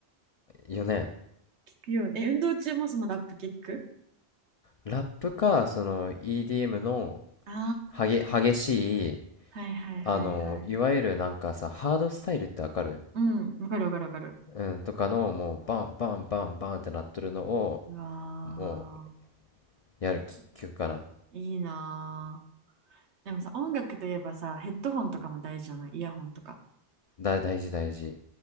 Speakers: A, on the left; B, on the right.
A: よね
B: 聞くよね。え、運動中もそのラップ系聞く
A: ラップかその EDM の
B: あ
A: 激、激しい
B: あー、はいはいはいはい。
A: あのいわゆるなんかさハードスタイルってわかる
B: うん、わかるわかるわかる。
A: うんとかのもうバンバンバンバンってなっとるのを
B: うわ
A: もうやる曲かな
B: ー、めっちゃいいなー。でもさ、音楽といえばさ、ヘッドホンとかも大事じゃないイヤホンとか。
A: だ大事大事